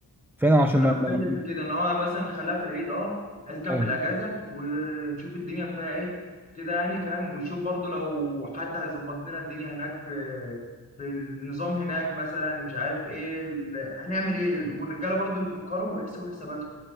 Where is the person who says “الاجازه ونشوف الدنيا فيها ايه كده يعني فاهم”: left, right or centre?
Left